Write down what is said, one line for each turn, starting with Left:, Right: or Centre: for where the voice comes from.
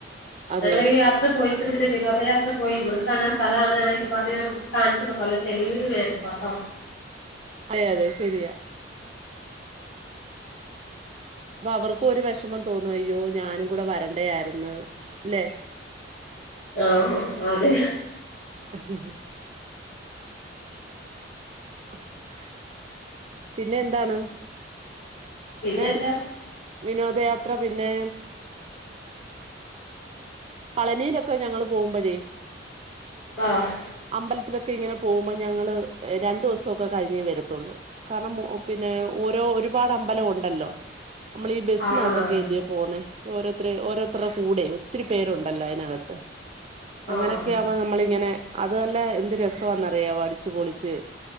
Right: അതെ
Left: ഞങ്ങള യാത്ര പോയി. <unintelligible> വിനോനയാത്രപോയിഇവിടുക്കാആ സ്ഥലമാണ്ക്ക് പറ കാണിച്ചുടുക്കല്ലോ തെളവിന് വേണ്ട കേട്ടോ <inaudible>
Right: അതെ അതെ ശെരിയ അപ്പ അവർക്കും ഒരു വിഷമം തോന്നു അയ്യോ ഞാനും കൂടെ വരണ്ടേ ആയിരുന്നു. ല്ലെ
Left: ആ അതെ
Right: <unintelligible> <inaudible> പിന്നെ എന്താണ്?
Left: പിന്നെന്താ
Right: പിന്നെ വിനോ ദയാത്ര പിന്നെ? പളനിയിലൊക്കെ ഞങ്ങൾ പോകുമ്പോഴേ
Left: ആഹ്
Right: അമ്പലത്തിലൊക്കെ ഇങ്ങനെ പോകുമ്പോ ഞങ്ങള് രണ്ടു ദിവസം ഒക്കെ കഴിഞ്ഞേ വരത്തുള്ളൂ കാരണം. പിന്നെ ഓരോ ഒരുപാട് അമ്പലം ഉണ്ടല്ലോ, നമ്മൾ ഈ ബസ്സിനകത്തൊക്കെ
Left: ആഹ് ആഹ്
Right: അല്ലയോ പോന്നേ. ഓരോത്തർ ഓരോത്തർടെ കൂടെ ഒത്തിരി പേരുണ്ടല്ലോ അതിനകത്ത്,
Left: ആഹ്
Right: അങ്ങനെയൊക്കെആവുമ്പോനമ്മളിങ്ങനെ
Left: ആഹ്
Right: അതെല്ല എന്ത് രസമാന്നറിയാവോ. അടിച്ചു പൊളിച്ച്.